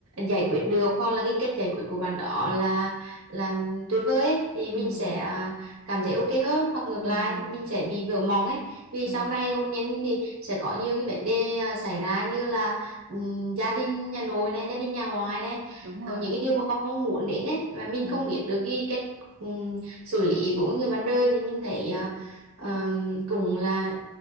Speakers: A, on the right; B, on the right.
A: giải quyết được hoặc là cái cách giải quyết của bạn đó là là tuyệt vời ấy, thì
B: ừ
A: mình
B: ừ
A: sẽ à, cảm thấy ok hơn hoặc ngược
B: ừ
A: lại mình sẽ bị vỡ mộng ấy vì
B: ừ,
A: sau này hôn nhân thì sẽ có nhiều cái vấn đề à, xảy ra như là ừm, gia đình nhà nội này gia đình nhà ngoại này
B: đúng
A: ờ,
B: rồi
A: những cái điều mà con không muốn đến ấy mà mình
B: ừ
A: không biết được cái cách ừm, xử lý của người bạn đời thì mình thấy à, ờm, cũng là